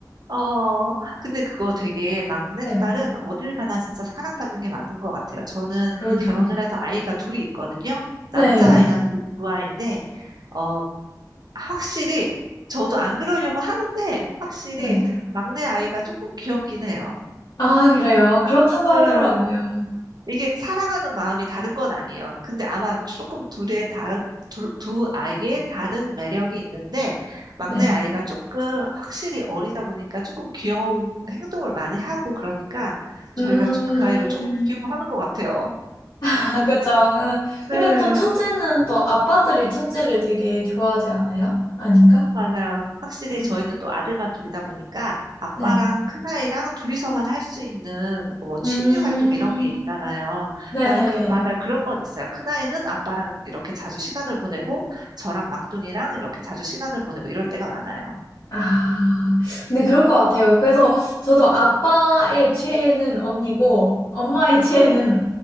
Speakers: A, on the right (about 65°); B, on the left (about 65°).
A: 어, 근데 그거 되게 막내딸은
B: 네.
A: 어딜 가나 진짜 사랑받는 게 맞는 것 같아요. 저는
B: 그러게요.
A: 결혼을 해서 아이가 둘이 있거든요. 남자아이만
B: 네.
A: 두, 두 아이인데, 어, 확실히, 저도 안 그러려고 하는데, 확실히
B: 네.
A: 막내 아이가 조금 귀엽긴 해요.
B: 아, 그래요. 그렇다고
A: 네.
B: 하더라고요.
A: 이게 사랑하는 마음이 다른 건 아니에요. 근데 아마 조금 둘의 다른 두, 두 아이의 다른 매력이 있는데 막내
B: 네.
A: 아이가 조금 확실히 어리다 보니까 조금 귀여운 행동을 많이 하고 그러니까 저희가
B: 음,
A: 그 아이를 조금 귀여워하는 것 같아요.
B: 아, 그쵸. 근데
A: 네.
B: 또 첫째는 또 아빠들이 첫째를 되게 좋아하지 않아요? 아닌가?
A: 맞아요. 확실히
B: 음,
A: 저희는 또 아들만 둘이다 보니까 아빠랑
B: 네.
A: 큰아이랑 둘이서만 할 수 있는 뭐 취미
B: 음,
A: 활동 이런 게 있잖아요.
B: 네.
A: 나 그, 맞아요. 그런 건 있어요. 큰아이는 아빠랑 이렇게 자주 시간을 보내고 저랑 막둥이랑 이렇게 자주 시간을 보내고 이럴 때가 많아요.
B: 아, 근데 그럴 것 같아요. 그래서 저도 아빠의 최애는 언니고, 엄마의 최애는
A: 어,